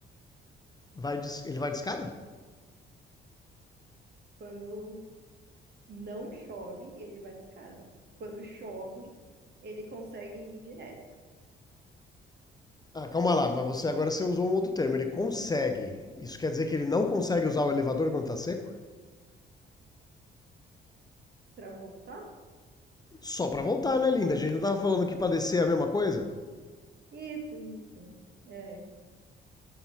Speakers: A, on the left (about 20°); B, on the right (about 55°).
A: vai de, ele vai de escada?
B: Quando não chove, ele vai de escada. Quando chove, ele consegue ir direto
A: Ah, calma lá, mas você agora você usou um outro termo, ele consegue. Isso quer dizer que ele não consegue usar o elevador quando está seco?
B: para voltar.
A: Só para voltar, né, linda? A gente não tava falando que para descer é a mesma coisa?
B: Isso, isso. É,